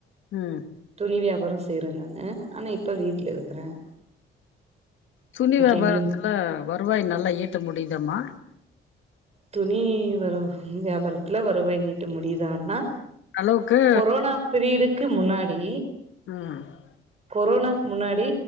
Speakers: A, on the left; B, on the right.
A: ம்
B: துணி வியாபாரம் செய்றேன் நானு ஆனா இப்போ வீட்ல இருக்கிறேன்
A: துணி வியாபாரத்துல
B: எங்கயு
A: வருவாய் நல்லா ஈட்ட முடியுதமா
B: துணி வரும் வியாபாரத்துல வருவாய் நீட்டு முடியுதான்னா
A: அளவுக்கு
B: கொரோனா பிரீடுக்கு முன்னாடி
A: ம் அ
B: கொரோனாக்கு முன்னாடி